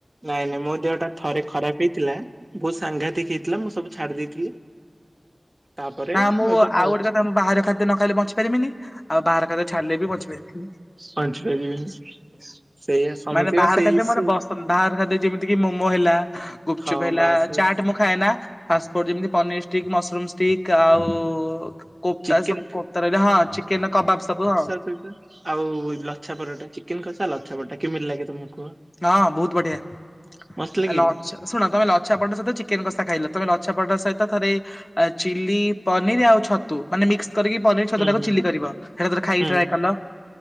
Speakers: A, on the right; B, on the left.
A: ନାଇଁ ନାଇଁ ମୋ ଦେହଟା ଥରେ ଖରାପ ହେଇଥିଲା ବହୁତ ସାଂଘାତିକ ହେଇଥିଲା ମୁଁ ସବୁ ଛାଡି ଦେଇଥିଲି। ତାପରେ
B: ନା
A: ମୁଁ ଏବେ ଖାଉଛି।
B: ଆଉ ଗୋଟେ କଥା ମୁଁ ବାହାର ଖାଦ୍ୟ ନ ଖାଇଲେ ବଞ୍ଚି ପାରିବେନି ଆଉ ବାହାର ଖାଦ୍ୟ ଛାଡିଲେ ବି ବଞ୍ଚି ପାରିବିନି।
A: ବଞ୍ଚିପାରିବେନି ସେଇଆ ସମସ୍ତ
B: ମାନେ ବାହାର
A: ବା ସେଇସୁ
B: ଖାଦ୍ୟ ମୋର ପସନ୍ଦ ବାହାର ଖାଦ୍ୟ ଯେମିତି କି ମୋମୋ ହେଲା ଗୁପଚୁପ
A: ହଁ
B: ହେଲା
A: ବାସ୍ ବାସ୍
B: ଚାଟ ମ ଥାଏ ନା ଫାସ୍ଫୁଡ ଯେମତି ପନିର ଷ୍ଟିକ୍ ମସରୁମ ଷ୍ଟିକ ଆଉ କୋପ୍ତା
A: ଚିକେନ
B: ସବୁ କୋପ୍ତା ରହିଲେ ହଁ ଚିକେନ କବାବ ସବୁ ହଁ
A: <unintelligible> ଆଉ ଲଛାପରଟା ଚିକେନ କଷା ଲଛା ପରଟା କେମିତି ଲାଗେ ତମକୁ କୁହ?
B: ହଁ ବହୁତ ବଢ଼ିଆ
A: ମସ୍ତ ଲାଗେନି
B: ଆଲ ଛା ଶୁଣ ତମେ ଲଛା ପରଟା ସହିତ ଚିକେନ କଷା ଖାଇଲ ତମେ ଲଛା ପରଟା ସହିତ ଥରେ ଅ ଚିଲି ପନିର ଆଉ ଛତୁ ମାନେ ମିକ୍ସ କରିକ ପନିର ଛତୁଟାକୁ
A: ହୁଁ ହୁଁ
B: ଚିଲି
A: ହୁଁ
B: କରିବ ସେଟାଥରେ ଖାଇକି
A: ହୁଁ
B: ଟ୍ରାଏ କଲ।